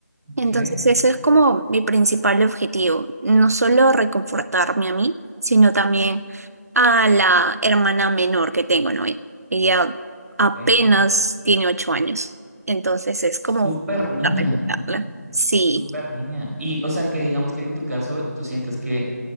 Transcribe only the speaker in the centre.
Ok,
ok.
Súper
niña,
es
súper niña. Y, o sea, que digamos que en tu caso, tú sientes que